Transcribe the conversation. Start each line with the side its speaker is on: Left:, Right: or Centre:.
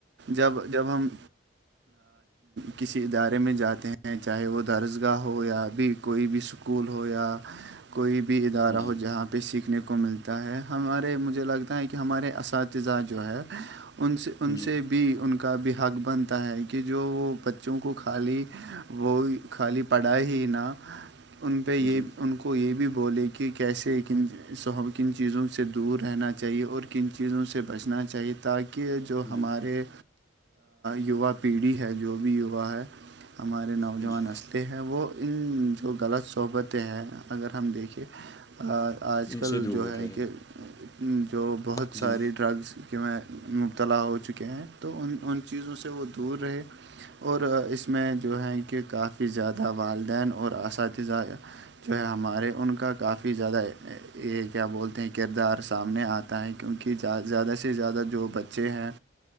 Right: جب جب ہم کسی ادارے میں جاتے ہیں چاہے وہ درسگاہ ہو یا ابھی کوئی بھی اسکول ہو یا کوئی بھی ادارہ
Left: جی
Right: ہو جہاںہ پہ سیکھنے کو ملتا ہے ہمارے مجھے لگتا ہے کہ ہمارے اساتذہ جو ہے ان سے ان
Left: جی
Right: سے بھی ان کا بحق بنتا ہے کہ جو وہ بچوں کو خالی وہ خالی پڑھا ہی نہ ان پہ یہ
Left: جی
Right: ان کو یہ بھی بولے کہ کیسے کن کن چیزوں سے دور رہنا چاہیے اور کن چیزوں سے بچنا چاہیے تاکہ جو ہمارے
Left: جی
Right: یووا پیڑھی ہے جو بھی یووا ہے ہمارے نوجوان
Left: جی
Right: اصلے ہیں وہ ان تو غلط صحبتیں ہیں اگر ہم دیکھے آج
Left: ان
Right: کل
Left: سے دور
Right: جو ہے
Left: رہے
Right: کہ جو بہت
Left: جی
Right: ساری ڈرگس کہ میں مبتلا ہو چکے ہیں تو ان ان چیزوں سے وہ دور رہے اور اس میں جو ہیں کہ کافی زیادہ والدین اور اساتذہ جو ہے ہمارے ان کا کافی زیادہ یہ کیا بولتے ہیں کردار سامنے آتا ہے کیونکہ زیادہ سے زیادہ جو بچے ہیں